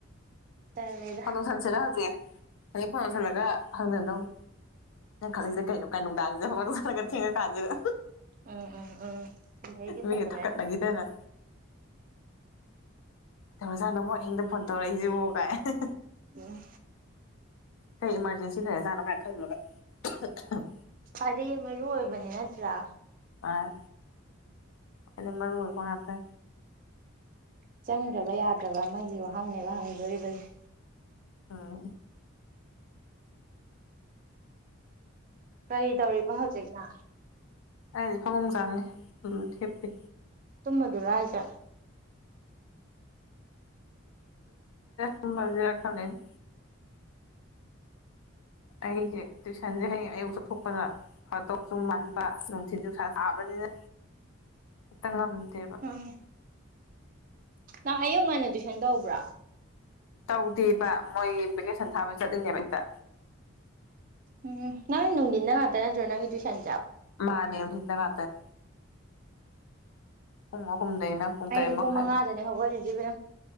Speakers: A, on the right (about 40°); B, on the left (about 80°).
A: ꯇꯜꯂꯦꯗ
B: ꯐꯗꯧꯁꯟꯁꯤꯔ ꯍꯧꯖꯤꯛ ꯑꯗꯩ ꯐꯗꯧꯁꯜꯂꯒ ꯍꯪꯖꯟꯗꯧꯅꯤ ꯅꯪ ꯈꯜꯂꯤꯂꯤꯁꯦ ꯀꯩꯅꯣ ꯀꯥꯏ ꯅꯨꯡꯗꯥꯡꯁꯦ ꯍꯧꯐꯛ ꯆꯠꯂꯒ ꯊꯦꯡꯉ ꯀꯥꯟꯁꯤꯗ
A: ꯎꯝ ꯎꯝ ꯎꯝꯩꯗꯤ
B: ꯃꯤꯒ
A: ꯐꯖꯂꯔꯦ
B: ꯊꯛꯀꯠꯅꯈꯤꯗꯅ ꯀꯩꯗꯧꯔꯖꯥꯠꯅꯃꯣ ꯍꯤꯡꯗ ꯐꯣꯟ ꯇꯧꯔꯛꯏꯁꯤꯕꯒꯥꯏ
A: ꯎꯝ
B: ꯀꯩ ꯏꯃꯥꯔꯖꯦꯟꯁꯤ ꯂꯩꯔꯖꯥꯠꯅꯣ ꯀꯥꯏꯅ ꯈꯜꯂꯒ
A: ꯍꯥꯏꯗꯤ ꯃꯔꯨ ꯑꯣꯏꯕꯅꯤ ꯅꯠꯇ꯭ꯔꯥ
B: ꯑꯥ ꯑꯗꯨ ꯃꯔ ꯔꯨꯜꯕ ꯉꯗ
A: ꯆꯪꯗ꯭ꯔꯕ ꯌꯥꯗ꯭ꯔꯕ ꯑꯃꯒꯤ ꯋꯥꯍꯪꯅꯦꯕ ꯍꯪꯕꯤꯗꯣꯔꯤꯕꯁ
B: ꯑꯥ
A: ꯀꯔꯤ ꯇꯧꯔꯤꯕ ꯍꯧꯖꯤꯛꯅ
B: ꯑꯩꯁꯦ ꯐꯃꯨꯡ ꯆꯪꯉꯦ ꯍꯤꯞꯄꯤ
A: ꯊꯨꯝꯃꯗꯣꯏꯔꯥ ꯍꯥꯏꯁꯦ
B: ꯇꯨꯃꯖꯦꯔꯥ ꯈꯜꯂꯤꯅꯦ ꯑꯩꯁꯦ ꯇꯨꯏꯁꯟꯁꯦ ꯍꯌꯦꯡ ꯑꯌꯨꯛ ꯆꯠꯊꯣꯛꯄꯅꯥ ꯐꯥꯗꯧꯁꯨ ꯃꯟꯕ ꯅꯨꯡꯊꯤꯟ ꯅꯨꯡꯁꯥ ꯁꯥꯥꯕꯅꯤꯅ ꯑꯝꯇꯥ ꯉꯝꯗꯦꯕꯥ
A: ꯎꯝ ꯅꯪ ꯑꯌꯨꯛ ꯉꯟꯅ ꯇꯨꯏꯁꯟ ꯇꯧꯕ꯭ꯔꯥ
B: ꯇꯧꯗꯦꯕ ꯃꯣꯏ ꯚꯦꯀꯦꯁꯟ ꯊꯥꯕꯒꯤ ꯆꯠꯂꯤꯅꯦꯕ ꯑꯌꯨꯛꯇ
A: ꯎꯝ ꯅꯪ ꯅꯨꯡꯊꯨꯟꯗ ꯉꯥꯛꯇꯥ ꯅꯠꯇ꯭ꯔꯣ ꯅꯪꯒꯤ ꯇꯨꯁꯟ
B: ꯃꯥꯅꯦ ꯅꯨꯡꯊꯤꯟ ꯗ ꯉꯥꯛꯇꯥꯅꯤ ꯄꯨꯡ ꯑꯍꯨꯝ ꯑꯍꯨꯝꯗꯩꯅ ꯄꯨꯡ
A: ꯑꯩ
B: ꯇꯔꯦꯠ ꯃꯈꯥꯏꯐꯥꯎ
A: ꯃꯉꯥꯗꯅꯦ ꯍꯧꯒꯠꯂꯤꯁꯦ ꯏꯕꯦꯝ